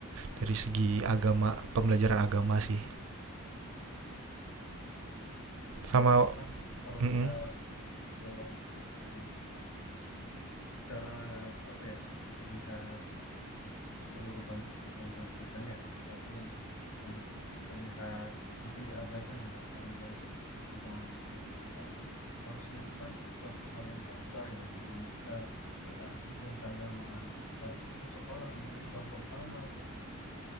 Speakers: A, on the right; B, on the left.
A: dari segi agama pembelajaran agama sih
B: Eh,
A: sama
B: ya itu kan kalau
A: mm-mm.
B: kita eh, dari secara apa ya dilihat keseluruhan sistem pendidikan ya salah satu yang yang terlihat mungkin diabaikan ya orang dari ke- tentang agama. Harusnya itu kan suatu hal yang dasar ya yang namanya kita toleransi dan keagamaan. Harusnya itu sekolah menjadi contoh utama tuh.